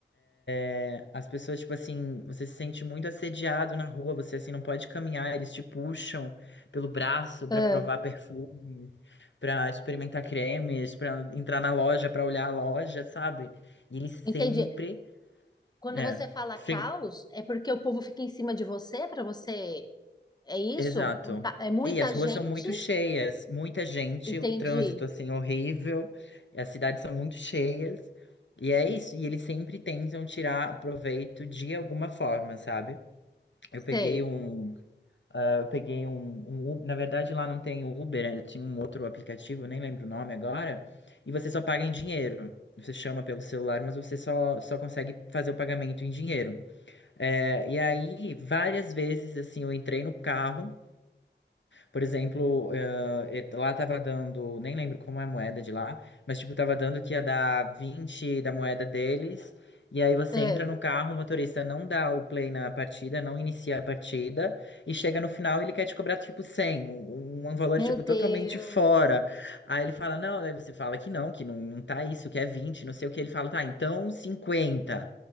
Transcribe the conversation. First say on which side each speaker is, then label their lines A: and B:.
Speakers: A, on the left; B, on the left.
A: É, As pessoas, tipo assim, você se sente muito assediado na rua, você assim não pode caminhar, eles te puxam pelo braço pra
B: é,
A: provar perfume, pra experimentar cremes, pra entrar na loja, pra olhar a loja, sabe? E eles sempre,
B: entendi. Quando
A: é,
B: você fala
A: sim,
B: caos, é porque o povo fica em cima de você para você. É isso?
A: exato.
B: Com ta- É muita
A: E as
B: gente?
A: ruas são muito cheias, muita gente,
B: Entendi.
A: o trânsito assim horrível, e as cidades são muito cheias. E é isso, e eles sempre tentam tirar proveito de alguma forma, sabe? Eu peguei
B: Sei.
A: um Ah, eu peguei um, um Uber. Na verdade, lá não tem Uber, né? tinha um outro aplicativo, eu nem lembro o nome agora. E você só paga em dinheiro. Você chama pelo celular, mas você só, só consegue fazer o pagamento em dinheiro. É, e aí, várias vezes, assim, eu entrei no carro. Por exemplo, eh, lá tava dando, nem lembro como é a moeda de lá, mas tipo, tava dando que ia dar 20 da moeda deles. E aí você
B: Ah,
A: entra no carro, o motorista não dá o play na partida, não inicia a partida, e chega no final ele quer te cobrar tipo cem um, um um valor
B: meu
A: tipo
B: Deus.
A: totalmente fora. Aí ele fala, não, daí você fala que não, que não, não tá isso, que é 20 não sei o que. Ele fala, tá, então 50